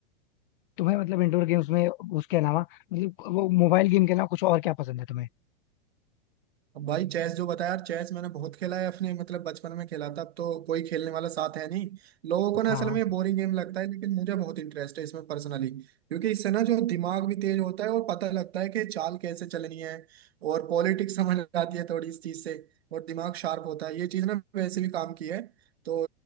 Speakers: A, on the left; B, on the right.
A: तुम्हें मतलब इंडोर गेम्स में उसके अलावा मतलब वो मोबाइल गेम के अलावा कुछ और क्या पसंद है तुम्हें
B: अब भाई चेस जो बताया यार चेस मैंने बहुत खेला है अपने मतलब बचपन में खेला था अब तो कोई खेलने वाला साथ है नहीं लोगों को ना
A: हाँ
B: असल में बोरिंग गेम लगता है लेकिन मुझे बहुत इंटरेस्ट है इसमें पर्सनली क्योंकि इससे ना जो दिमाग भी तेज होता है और पता लगता है कि चाल कैसे चलनी है और पॉलिटिक्स <laughs> समझ आती है थोड़ी इस चीज से और दिमाग शार्प होता है ये चीज ना वैसे भी काम की है तो